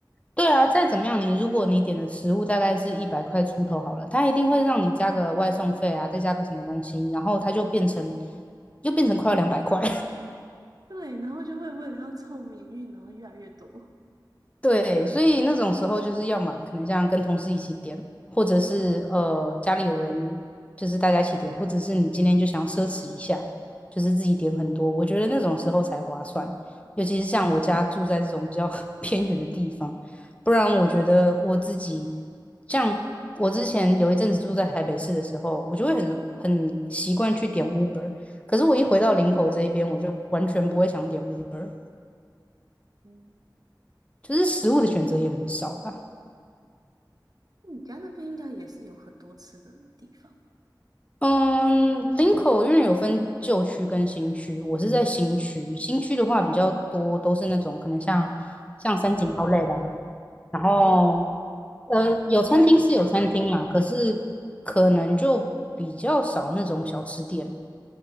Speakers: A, on the left; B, on the right.
A: 对啊，再怎么样，你如果你点的食物大概是一百块出头好了，它一定会让你加个外送费啊，再加个什么东西，然后它就变成又变成快要两百块。
B: 对，然后就会为了要凑免运，然后越来越多。
A: 对，所以那种时候就是要嘛，可能像跟同事一起点，或者是呃家里有人，
B: 嗯
A: 就是大家一起点，或者是你今天就想要奢侈一下，就是自己点很多。我觉得那种时候才划算，尤其是像我家住在这种比较 <laughs> 偏远的地方，不然我觉得我自己像我之前有一阵子住在台北市的时候，我就会很很习惯去点 Uber，可是我一回到林口这一边，我就完全不会想点 Uber，
B: 嗯，
A: 就是食物的选择也很少啦。
B: 你家那边应该也是有很多吃的的地方吧？
A: 嗯，林口因为有分旧区跟新区，我是在新区。新区的话比较多，都是那种可能像像三井奥莱啦，然后呃有餐厅是有餐厅啦，可是可能就比较少那种小吃店，